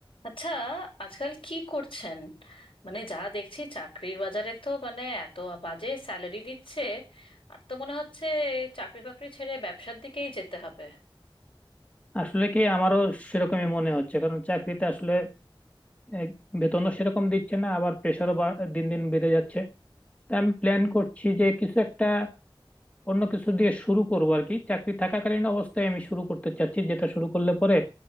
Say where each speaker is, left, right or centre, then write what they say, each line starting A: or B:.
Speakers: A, on the left; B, on the left.
A: আচ্ছা আজকাল কি করছেন মানে যা দেখছি চাকরির বাজারে তো মানে এত বাজে স্যালারি দিচ্ছে আর তো মনে হচ্ছে চাকরি বাকরি ছেড়ে ব্যবসার দিকেই যেতে হবে
B: আসলে কি আমারও সেরকমই মনে হচ্ছে কারণ চাকরিতে আসলে এ, বেতনও সেরকম দিচ্ছে না আবার প্রেশারও দিন দিন বেড়ে যাচ্ছে তাই আমি প্ল্যান করছি যে কিছু একটা অন্য কিছু দিয়ে শুরু করবো আর কি চাকরি থাকাকালীন অবস্থায় আমি শুরু করতে চাচ্ছি যেটা শুরু করলে পরে